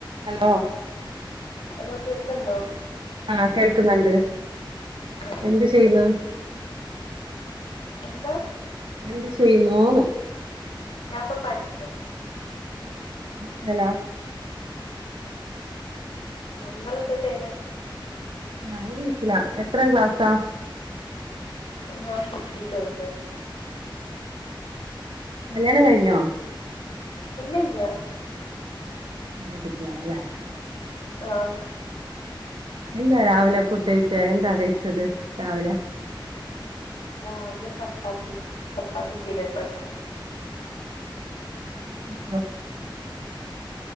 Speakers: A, on the right; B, on the left.
A: ഹലോ
B: ഹലോ കേക്ക്ണ്ടോ
A: ആഹ കേൾക്കുന്നുണ്ട്
B: ആ,
A: എന്ത് ചെയ്യുന്നു
B: എന്താ
A: എന്ത് ചെയ്യുന്നൂന്ന
B: ഞാ ഇപ്പ പഠിക്ക
A: എന്തല്ല
B: നിങ്ങളെന്താ ചെയ്യണെ
A: ഞ വീട്ടിലാ എത്ര ക്ലാസ്സാ
B: ഞാൻ ഡിഗ്രി തേർഡ് ഇയർ
A: കല്യാണം കഴിഞ്ഞോ
B: ഇല്ലല്ല്യ
A: നറയേ കുട്ട്യേളാല്ലെ
B: ആഹ്
A: എല്ലാ രാവിലെ ഫുഡ് കഴിച്ച എന്താ കഴിച്ചത് രാവിലെ
B: രാവിലെ ചപ്പാത്തി ചപ്പാത്തി പീനട്ട് ബട്ടറും
A: ഉം അ